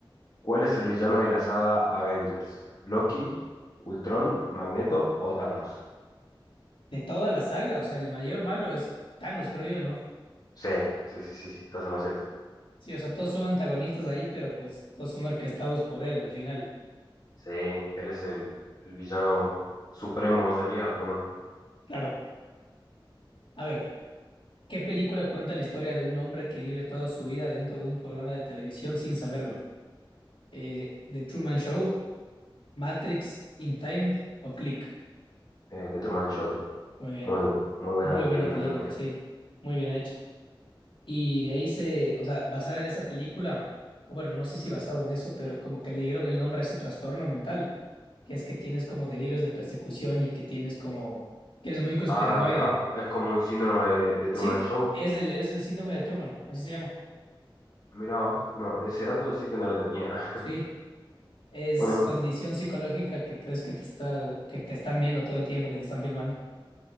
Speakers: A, on the left; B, on the left.
A: ¿cuál es el villano de la saga Avengers? ¿Loki, Ultron, Magneto o Thanos?
B: De toda la saga, o sea, el mayor malo es Thanos, creo yo, ¿no?
A: Sí, sí, sí, sí, sí, estás en lo cierto.
B: Sí, o sea, todos son antagonistas ahí, pero pues todos son orquestados por él al final.
A: Sí, él es el, el villano supremo, sería, ¿o no?
B: Claro. A ver, ¿qué película cuenta la historia de un hombre que vive toda su vida dentro de un programa de televisión sin saberlo? Eh, The Truman Show, Matrix, In Time o Click.
A: Eh, de Truman Show.
B: Muy bien.
A: Muy, bu- muy buena
B: Muy
A: película
B: buena película,
A: también.
B: sí. Muy bien hecha. Y de ahí se, o sea, basada en esa película, o bueno, no sé si basado en eso, pero como que le dieron el nombre a ese trastorno mental, que es que tienes como delirios de persecución y que tienes como, que eres muy conspiranoide.
A: Ah, mirá, es como un síndrome de, de Truman
B: Sí,
A: Show.
B: es el, es el síndrome de Truman, así se llama.
A: Mirá vos. No, ese dato sí que no lo tenía. <laughs>
B: Sí, es
A: Bueno,
B: condición psicológica que crees que te está, que te están viendo todo el tiempo, que te están filmando.